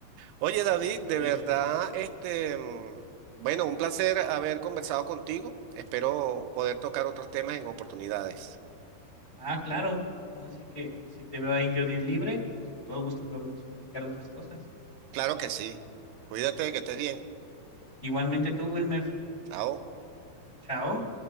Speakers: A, on the right (about 85°); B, on the left (about 60°).
A: Oye, David,
B: Me parece
A: de
B: bien.
A: verdad, este, mm, bueno, un placer haber conversado contigo. Espero poder tocar otros temas en oportunidades.
B: Ah, claro. ¿no? Así que si te veo ahí yo di libre, pues con todo gusto podemos platicar de otras cosas.
A: Claro que sí. Cuídate, que estés bien.
B: Igualmente tú, Wilmer.
A: Chao.
B: Chao.